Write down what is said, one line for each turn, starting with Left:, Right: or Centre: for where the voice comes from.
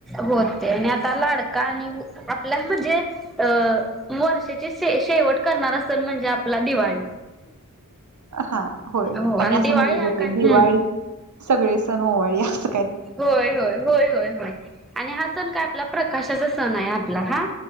Centre: होते आणि आता लाडका आणि आपल्या म्हणजे अ वर्षाची शे शेवट करणार असेल म्हणजे आपला दिवाळी
Right: हा होय
Centre: हो
Right: आणि असं
Centre: दिवाळी
Right: म्हणलं
Centre: हा
Right: जातय
Centre: काय
Right: दिवाळी
Centre: हम्म
Right: सगळे सण ओवाळी अस.
Centre: होय होय होय होय होय आणि हा सण काय आपला प्रकाशाचा सण हाय आपला हा